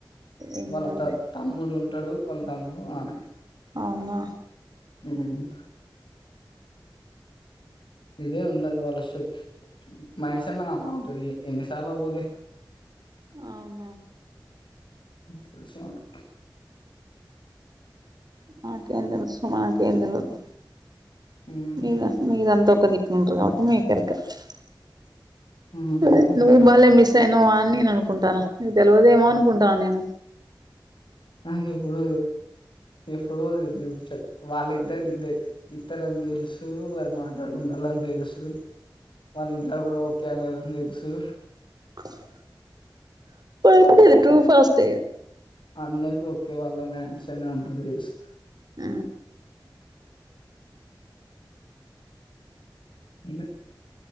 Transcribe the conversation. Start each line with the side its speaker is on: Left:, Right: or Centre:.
Right: ఏం
Left: వాళ్ళ
Right: కాదులే
Left: త తమ్ముడు ఉంటడు వాళ్ళ తమ్ముడు ఆమె
Right: అవునా
Left: ఉమ్ ఇదే ఉండదు వాళ్ళష్ట మహేశన్న వాళ్ళతోటి ఎన్నిసార్ల పోలే
Right: అవునవును
Left: తెలుసు నాకు
Right: మాకేం తెల్సు మాకేం తెల్వద్
Left: హ్మ్.
Right: మీరా మీరంత ఒక దిక్కున ఉంటరు కాబట్టి మీకెరక <inaudible>
Left: హుహు.
Right: నువ్వు బలే మిస్ అయినవా అని నేను అనుకుంటాన నీకు తెలవదేమో అనుకుంటాన నేను
Left: అ ఎప్పుడు ఇప్పుడు చ వాళ్ళ ఇద్దరికిద్ద ఇతరం తెలుసు వాళ్లు మాట్లాడుకుంటాళ్లు అని తెలుసు వాళ్ళ ఇంట్ల కూడా ఓకే అన్నారని తెలుసు
Right: <inaudible> పర్లేదు టూ ఫాస్ట్
Left: అందరికి ఒకే వాళ్ళ మ్యాన్స్ అని అందరికీ తెలుసు
Right: ఆ
Left: ఇను